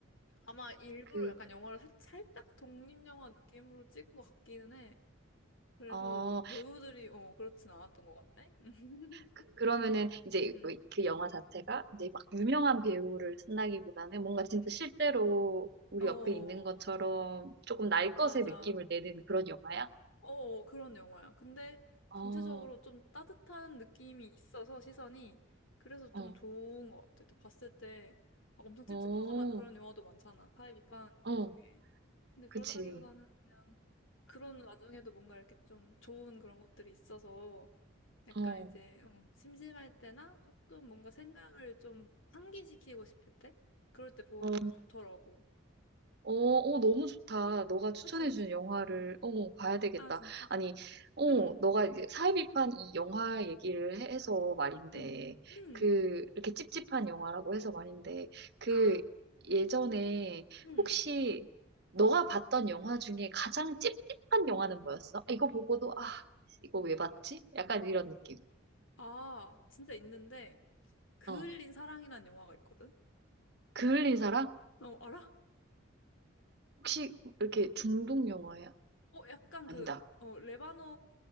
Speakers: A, on the left; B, on the right.
A: 아마 일부러
B: 그,
A: 약간 영화를 살- 살짝 독립영화 느낌으로 찍은 것 같기는 해. 그래서
B: 어,
A: 배우들이 어 그렇진 않았던 것 같네. <laughs>
B: 그- 그러면은 이제
A: 음.
B: 뭐그 영화 자체가 이제 막 유명한 배우를 쓴다기보다는 뭔가 진짜
A: 음.
B: 실제로 우리
A: 어
B: 옆에 있는 것처럼 조금 날 것의
A: 맞아.
B: 느낌을 내는 그런 영화야?
A: 어 어, 그런 영화야. 근데
B: 어,
A: 전체적으로 좀 따뜻한 느낌이 있어서 시선이 그래서 좀
B: 어,
A: 좋은 것 같아. 또 봤을 때 막 엄청 찝찝하거나
B: 어,
A: 그런 영화도 많잖아. 사회 비판하는
B: 어,
A: 영화 중에. 근데 그렇다기보다는
B: 그치.
A: 그런 와중에도 뭔가 이렇게 좀 좋은 그런 것들이 있어서 약간
B: 어,
A: 이제 어, 심심할 때나 조금 뭔가 생각을 좀 환기시키고 싶을 때 그럴 때 보면
B: 어.
A: 좋더라고.
B: 어, 어, 너무 좋다. 너가 추천해준
A: 그치, 그치.
B: 영화를, 어, 봐야 되겠다.
A: 아, 진짜?
B: 아니, 어,
A: 음,
B: 너가 이제 사회비판 이 영화 얘기를 해- 해서 말인데,
A: 음, 음.
B: 그, 이렇게 찝찝한 영화라고 해서 말인데, 그,
A: 아,
B: 예전에
A: 음.
B: 혹시 너가 봤던 영화 중에 가장 찝찝한 영화는 뭐였어? 아, 이거 보고도, 아, 이거 왜 봤지? 약간 이런 느낌.
A: 아, 진짜 있는데 그을린
B: 어.
A: 사랑이란 영화가 있거든?
B: 그을린 사랑?
A: 어, 알아?
B: 혹시 이렇게 중독 영화야?
A: 어, 약간
B: 아니다.
A: 그, 어, 레바논,